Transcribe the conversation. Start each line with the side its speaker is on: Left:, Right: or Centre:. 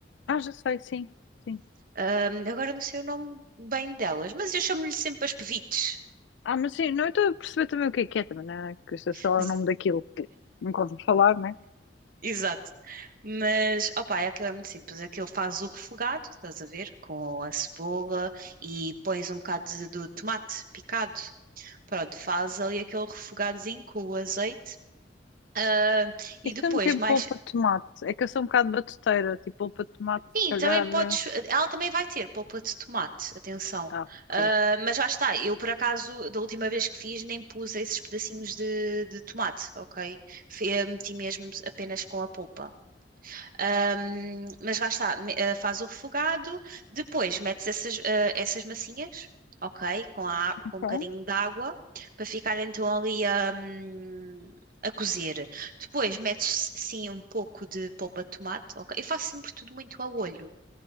Left: Ah, já sei, sim, sim.
Right: Hum, agora não sei o nome bem delas, mas eu chamo-lhe sempre as pevites.
Left: Ah, mas sim, não eu estou a perceber também o que é que é, também, né? Que eu sei
Right: <laughs>
Left: lá o nome daquilo que nunca ouvi falar, né?
Right: Exato. Mas, opá, é aquilo é muito simples. Aquilo faz o refogado, estás a ver? Com a cebola e pões um bocado de, do tomate picado. Pronto, faz ali aquele refogadozinho com o azeite. Ah, e
Left: E se
Right: depois,
Left: eu meter
Right: mais.
Left: polpa de tomate, é que eu sou um bocado batuteira, tipo, polpa de tomate, se
Right: Sim,
Left: calhar.
Right: também podes.
Left: eh,
Right: Ela também vai ter polpa de tomate, atenção.
Left: Ah,
Right: Ah,
Left: ok.
Right: mas já está, eu por acaso, da última vez que fiz, nem pus esses pedacinhos de, de tomate, ok? Fe- Meti mesmo apenas com a polpa. Ahm, mas lá está, me- eh, faz o refogado, depois metes essas, eh, essas massinhas, ok? Com, a, á-
Left: Então,
Right: com um bocadinho de água, para ficar então ali a, hum, a cozer. Depois metes sim um pouco de polpa de tomate, ok? Eu faço sempre tudo muito a olho,